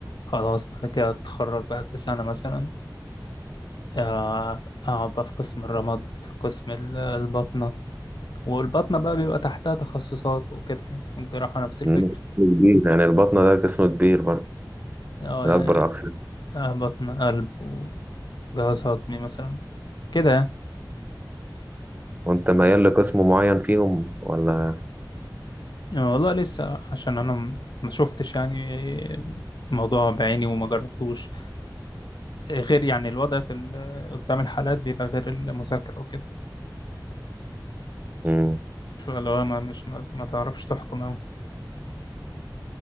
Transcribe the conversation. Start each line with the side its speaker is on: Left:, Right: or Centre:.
Left: خلاص بعد كده اتخرج بعد سنة مثلا آه اقعد بقى في قسم الرمد في قسم ال- الباطنة والباطنة بقى بيبقى تحتها تخصصات وكده يعني والجراحة نفس الفكرة
Right: أمم، قسم كبير يعني البطنة ده قسم كبير برضه
Left: اه
Right: من
Left: يعني
Right: أكبر الأقسام
Left: آه بطن قلب وجهاز هضمي مثلا كده يعني
Right: وأنت ميال لقسم معين فيهم ولا
Left: آه، والله لسه عشان انا م- ما شفتش يعني الموضوع بعيني وما جربتوش آه، غير يعني الوضع في ال- قدام الحالات بيبقى غير المذاكرة وكده
Right: أمم،
Left: فلو ما مش ما ما تعرفش تحكم أوي